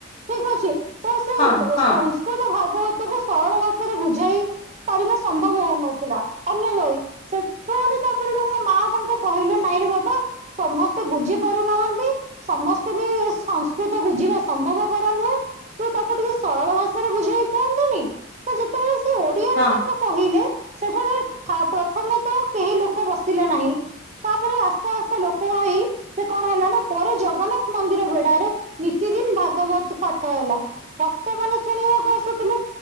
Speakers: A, on the right; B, on the left.
A: ଠିକ ଅଛି, ତ ସେ
B: ହଁ
A: ବ
B: ହଁ
A: ସଂସ୍କୃତ ଭାଗବତ କୁ ସରଳ ଭାଷାରେ ବୁଝାଇ ପାରିବେ ସମ୍ଭବ ହଉନଥିଲା, ଅନ୍ୟ ଲହି ସେଠାରେ ତାପରେ ତାଙ୍କ ମା ତାଙ୍କୁ କହିଲେ ନାଇଁରେ ବାବା ସମସ୍ତେ ବୁଝି ପାରୁନାହାନ୍ତି ସମସ୍ତେ ବି ସଂସ୍କୃତ ବୁଝିବା ସମ୍ଭବପର ନୁହେଁ। ତୁ ତାକୁ ଟିକେ ସରଳ ଭାଷାରେ ବୁଝେଇକି କୁହନ୍ତୁନି ତ ଯେତେବେଳେ ସେ ଓଡିଆରେ
B: ହଁ
A: ତାକୁ କହିଲେ ସେଠାରେ ଫା ପ୍ରଥମେ ତ କେହି ଲୋକ ବସିଲେ ନାହିଁ, ତାପରେ ଆସ ଆସ୍ତେ ଆସ୍ତେ ଲୋକ ହୋଇ ସେ କଣ ହେଲା ନା ପରେ ଜଗନ୍ନାଥ ମନ୍ଦିର ବେଡାରେ ନିତି ଦିନ ଭାଗବତ ପାଠ ହେଲା ଭକ୍ତମାନେ ଶୁଣିବାକୁ ଆସୁଥିଲେ,